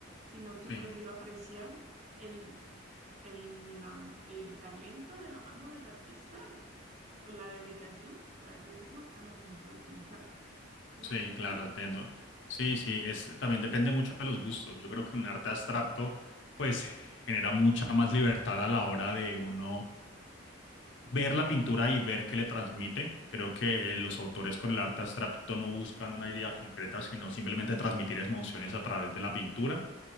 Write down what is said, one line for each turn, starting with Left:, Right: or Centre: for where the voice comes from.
Right: sino que
Left: Sí.
Right: prefiero apreciar el, el, la- el talento de la mano del artista, o la dedicación, por así decirlo, al momento de pintar. ¿Sí
Left: Sí,
Right: me voy a entender?
Left: claro, entiendo. Sí, sí, es, también depende mucho de los gustos. Yo creo que un arte abstracto, pues, genera mucha más libertad a la hora de uno ver la pintura y ver qué le transmite. Creo que los autores con el arte abstracto no buscan una idea concreta, sino simplemente transmitir emociones a través de la pintura.